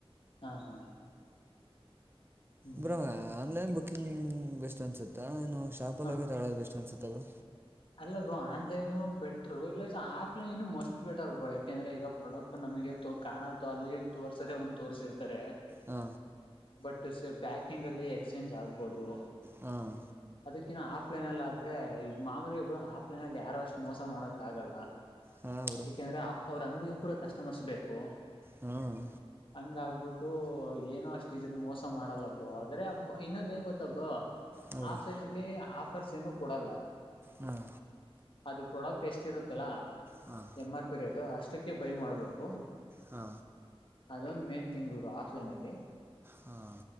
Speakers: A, on the left; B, on the right.
A: ಹಾ ಹಾ ಹ್ಮ್
B: ಬ್ರೋ ಆನ್ಲೈನ್ ಬುಕಿಂಗ್ ಬೆಸ್ಟ್ ಅನ್ಸುತ್ತಾ ಏನು ಶಾಪಲ್ಲಿ
A: ಹಾ
B: ಹೋಗಿ ತಗೊಳ್ಳ ಬೆಸ್ಟ್ ಅನ್ಸ ತರು
A: ಅಲ್ಲ ಬ್ರೋ ಆನ್ಲೈನು ಬೆಟ್ರು ಇಲ್ಲ ಆಫ್ಲೈನ್ ಮಸ್ತ ಬೆಟರ್ ಬ್ರೋ ಯಾಕೆಂದ್ರೆ ಈಗ ಪ್ರಾಡಕ್ಟ್ ನಗೆ ತೋ ಕಾಣ ತೊ ಅಲ್ಲಿ ತೋರ್ಸದೆೇ ಒಂದ ತೋರ್ಸಿರ್ತಾರೆ.
B: ಹಾ
A: ಬಟ್ ಸ ಪ್ಯಾಕಿಂಗ್ ಅಲ್ಲಿ ಎಕ್ಸ್ಚೇಂಜ್ ಆಗ್ಬದು
B: ಹಾಂ
A: ಅದಕಿ ಹಾಸ ಆಫ್ಲೈನ್ ಅಲ್ಲ ಆದ್ರೆ ಈಗ ಮಾಮೂಲಿ ಬ್ರೋ ಆಫ್ಲೈನ್ ಅಲ್ಲಿ ಯಾರು ಅಷ್ಟು ಮೋಸ ಮಾಡಕ ಆಗಲ್ಲ.
B: ಹಾಂ ಬ್ರೋ
A: ಏಕೆಂದ್ರ ಅವ್ರ ಅಂಗಿಗೂ ಕೂಡ ಕಸ್ಟಮರ್ಸ್ ಬೇಕು.
B: ಹಾಂ
A: ಅಂಗ ಆಗ್ಬಿಟ್ ಟು ಏನೋ ಅಷ್ಟ ಇದನ್ನ ಮೋಸ ಮಾಡಲ್ಲ ಬ್ರೋ ಆದ್ರೆ ಇನ್ನೊಂದ ಏನ್ ಗೊ ತ್ತ ಬ್ರೋ
B: ಹಾಂ ಬ್ರೋ
A: ಆಪೈನ್ ಅಲ್ಲಿ ಆಫರ್ಸ್ ಏನು ಕೊಡಲ್ಲ.
B: ಹ್ಮ.
A: ಅದು ಪ್ರೊಡಕ್ಟ್ ಎಷ್ಟ ಇರುತ್ತಲ್ಲ
B: ಹಾಂ
A: ಎಂ ಆರ್ ಪಿ ರೇ ಅಷ್ಟಕ್ಕೆ ಬೈ ಮಾಡ್ಬೇಕು.
B: ಹಾ
A: ಅದೊಂದ ಮೇನ್ ತಿಂಗ್ ರು ಆಫ್ಲೈನ್ ಅಲ್ಲಿ
B: ಹಾಂ